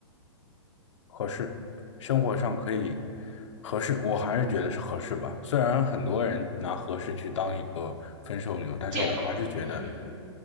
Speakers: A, on the left (about 85°); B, on the right (about 40°).
A: 合适，生活上可以合适，我还是觉得是合适吧。虽然很多人拿合适去当一个分手理由，但是我还是觉得
B: 借口，嗯。